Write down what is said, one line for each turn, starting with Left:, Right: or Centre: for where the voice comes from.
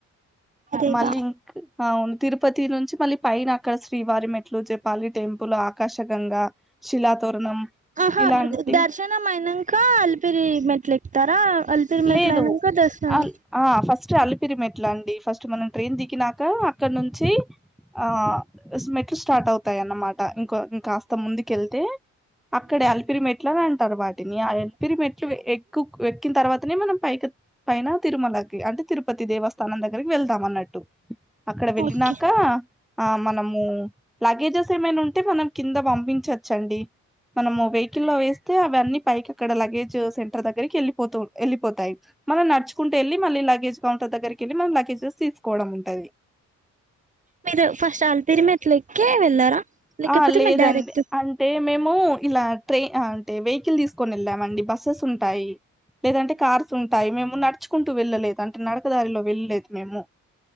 Right: అదేగా
Centre: మళ్ళీ ఇంక్ అవును తిరుపతి నుంచి మళ్ళీ పైనా అక్కడ శ్రీవారి మెట్లు జపాలి టెంపుల్ ఆకాశగంగ శిలాతోరణం
Right: ఆహ
Centre: ఇలాంటి
Right: దర్శనం అయినాంక అల్పిరి మెట్లు ఇక్తారా అల్పిరి మెట్ల
Centre: లేదు
Right: అయినాంక కదస్తున్నాం
Centre: అల్ ఆ ఫస్ట్ అల్లిపిరి మెట్లండి ఫస్ట్ మనం ట్రైన్ దిగినాక అక్కడ నుంచి ఆ మెట్లు స్టార్ట్ అవుతాయి అన్నమాట ఇంకో ఇంకాస్త ముందుకెళ్తే అక్కడే అల్పిరిమెట్ ఎట్లా అంటారు వాటిని ఆ ఎల్పిరి మెట్లు ఎక్కు ఎక్కిన తర్వాతనే మనం పైకి పైన తిరుమలకి అంటే తిరుపతి దేవస్థానం దగ్గరకి వెళ్దాం అన్నట్టు అక్కడ వెళ్ళినాక
Right: ఓకే
Centre: ఆ మనము లగేజెస్ ఏమైనా ఉంటే మనం కింద పంపించచ్చండి మనము వెహికల్లో వేస్తే అవ అన్నీ పైకి అక్కడ లగేజ్ సెంటర్ దగ్గరికి వెళ్ళిపోతు వెళ్ళిపోతాయి మనం నడుుకుంటు ఎల్లి మల్లి లగేజ్ కౌంటర్ దగ్గరకి వెళ్లి మన లగజెస్ తీసుకోవడం ఉంటది
Right: మీరు ఫస్ట్ అలిపిరి మెట్లు ఎక్కె వెళ్ళారా లేకపోతే
Centre: ఆ లేదండి
Right: మీరు డైరెక్ట్
Centre: అన్ అంటే మేము ఇలా ట్రై అంటే వెహికల్ తీసుకుని వెళ్ళామండి బస్సెస్ ఉంటాయి లేదంటే కార్స్ ఉంటాయి మేము నడుచుకుంటూ వెళ్ళలేదు అంటే నడకదారిలో వెళ్ళలేదు మేము